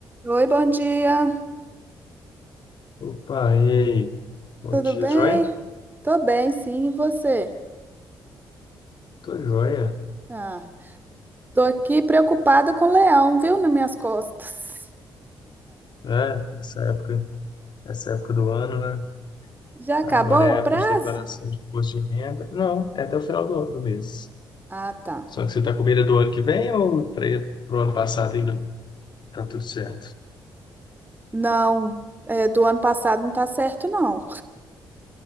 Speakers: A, on the right; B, on the left.
A: Oi, bom dia.
B: Opa, e aí? Bom
A: Tudo
B: dia,
A: bem?
B: joia?
A: Tô bem, sim. E você?
B: Tô joia.
A: Ah, tô aqui preocupada com o leão, viu, nas minhas costas.
B: É, essa época, essa época do ano, né?
A: Já acabou
B: Agora é
A: o
B: a
A: prazo?
B: época de declaração de imposto de renda. Não, é até o final do, do mês.
A: Ah, tá.
B: Só que você tá com medo do ano que vem ou para pro ano passado ainda tá tudo certo?
A: Não, é, do ano passado não tá certo, não.